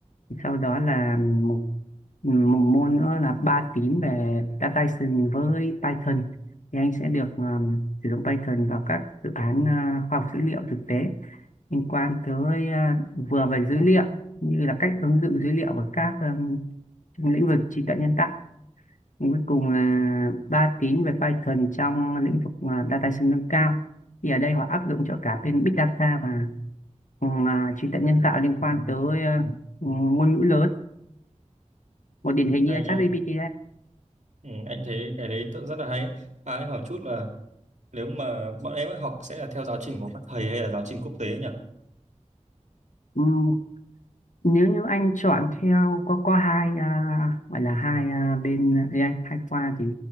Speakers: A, on the left; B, on the right.
A: sau đó là một Ừ, một môn nữa là ba tín về data science với Python thì anh sẽ được um, sử dụng Python vào các dự án à, khoa học dữ liệu thực tế liên quan tới à, vừa về dữ liệu như là cách ứng dụng dữ liệu vào các um, trong lĩnh vực trí tuệ nhân tạo Còn cuối cùng là ba tín về Python trong lĩnh vực à, data science nâng cao thì ở đây họ áp dụng cho cả bên big data và um, à, trí tuệ nhân tạo liên quan tới à, ngôn ngữ lớn một điển hình như
B: hay
A: là
B: nha
A: ChatGPT
B: Ừ, anh thấy cái đấy tự- rất là hay ấy. À, anh hỏi chút là nếu mà bọn em ấy học sẽ là theo giáo trình của các thầy hay là giáo trình quốc tế nhỉ?
A: đây nếu như anh chọn theo có có hai à, gọi là hai à, bên gì anh hai khoa thì